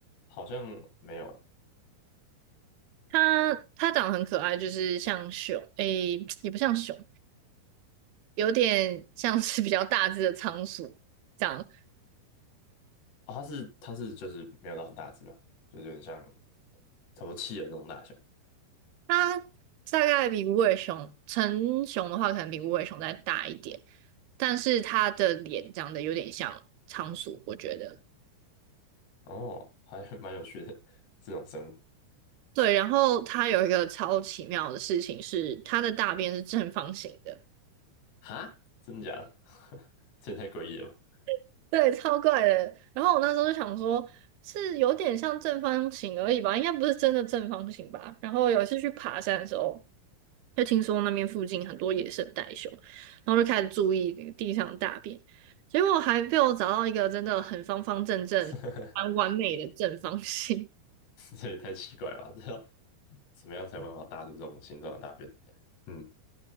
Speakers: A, on the left; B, on the right.
A: 好像没有欸，
B: 它它长得很可爱，就是像熊，诶、<tsk> 也不像熊，有点像是比较大只的仓鼠这样。
A: 哦，它是它是就是没有到很大只嘛，就是有点像差不多企鹅那种大小。
B: 它大概比无尾熊，成熊的话可能比无尾熊再大一点，但是它的脸长得有点像仓鼠，我觉得。
A: 哦，还蛮有趣的这种生物。
B: 对，然后它有一个超奇妙的事情是，它的大便是正方形的。
A: 哈，<laughs> 真的假的？<laughs> 这也太诡异了吧！
B: <laughs> 对，超怪的。然后我那时候就想说，是有点像正方形而已吧，应该不是真的正方形吧。然后有一次去爬山的时候，就听说那边附近很多野生袋熊，然后就开始注意地上的大便，结果还被我找到一个真的很方方正正、
A: <laughs>
B: 蛮完美的正方形。
A: 这也太奇怪了吧！<laughs> 这要怎么样才有办法搭出这种形状的大便？嗯